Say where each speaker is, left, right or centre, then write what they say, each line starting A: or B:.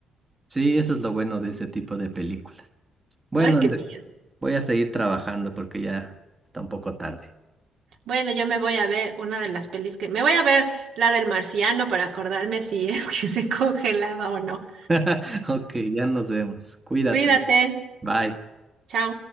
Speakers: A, on the right; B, on the right.
A: Sí, eso es lo bueno de ese tipo de películas. Bueno,
B: Ay,
A: André,
B: qué miedo.
A: voy a seguir trabajando porque ya está un poco tarde.
B: Bueno, yo me voy a ver una de las pelis que, me voy a ver la del marciano para acordarme si es <laughs> que se congelaba o no.
A: <laughs> Ok, ya nos vemos. Cuídate.
B: Cuídate.
A: Bye.
B: Chao.